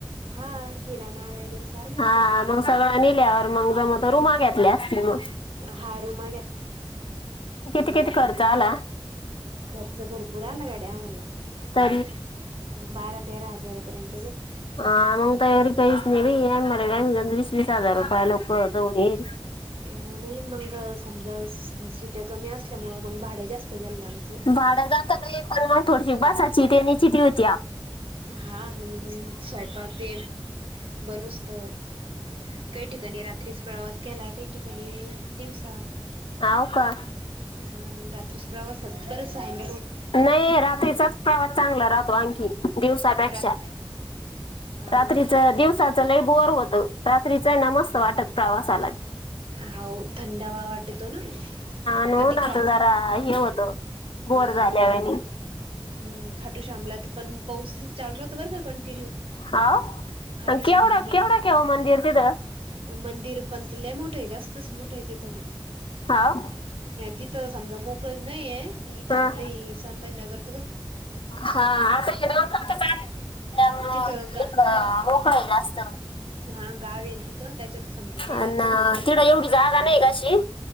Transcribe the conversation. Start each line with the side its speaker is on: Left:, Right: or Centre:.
Right: हा किराणा वगैरे सारं नेलत
Left: हा
Right: पीठ
Left: मग
Right: बीठ
Left: सगळं नेल्यावर मग जम तर रुमा घेतल्या असतील मग.
Right: हा रूमा
Left: किती किती
Right: रात्रीच्या,
Left: खर्च आला
Right: खर्च भरपूर आला गाड्या आम्हाला.
Left: तरी
Right: बारा, तेरा हजारपर्यंत
Left: हा मग तयारी काहीच नाही मर वीस -वीस हजार रुपये लोक <unintelligible>
Right: अ नाही मंगळ समजा शिट कमी असल्यामुळ मग भाडे जास्त गेल ना आमचं.
Left: भाडं जात बाई पण मग थोडीशी <unintelligible>
Right: हा मग स्वयंपाक ते बनूस तर काही ठिकाणी रात्रीस प्रवास केला काही ठिकाणी दिवसा
Left: हाव का
Right: हा मग रात्री प्रवासात बरचस आहे ना.
Left: नाही रात्रीचाच प्रवास चांगला राहतो आणंखी दिवसापेक्षा.
Right: रात हा
Left: रात्रीच दिवसाचं लैय बोर होत. रात्रीचं आहे ना मस्त वाटत प्रवासाला. <inaudible>
Right: हो थंडवा वाटतो ना?
Left: नात
Right: आणि ते खा
Left: जरा हे होत बोर
Right: हा
Left: झाल्या
Right: खाट
Left: वाणी.
Right: हम्म खाटू शमलात पण पाऊस चालू राहतो बरं का कंटिन्यू
Left: हाव
Right: खाटू
Left: आणि केवढं
Right: श्यामला मठ
Left: केवढं केव मंदिर तिथं
Right: मंदिर पण लय मोठं हाय जास्तच मोठा आहे तिथं पण.
Left: हाव
Right: तिथं समजा मोकळच नाहीे इथं
Left: हा
Right: आपले संभाजीनगर
Left: हा <unintelligible> त्यामुळं
Right: तिथं गा
Left: इकड मोकळा जास्त.
Right: हा गाव तिथ त्याच्यात समजत
Left: आणि
Right: नाही ना असं जुन
Left: तिथं एवढी जागा नाही का अशी